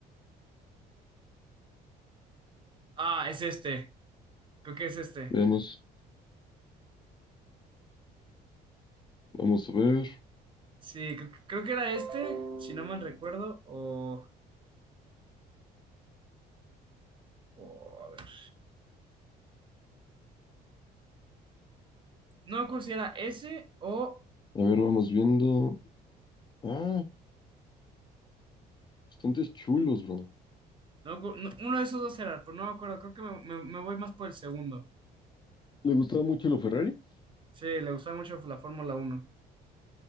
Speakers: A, on the right; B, on the left.
A: Ah, es este, creo que es este.
B: Veamos, vamos a ver.
A: Sí, creo, creo que era este, si no mal recuerdo, o... o a ver. No me acuerdo si era ese o...
B: A ver, vamos viendo. Ah, bastantes chulos, bro.
A: No, me acu- no, uno de esos dos era, pero no me acuerdo, creo que me, me- me voy más por el segundo.
B: ¿Le gustaba mucho lo Ferrari?
A: Sí, le gustaba mucho la Fórmula uno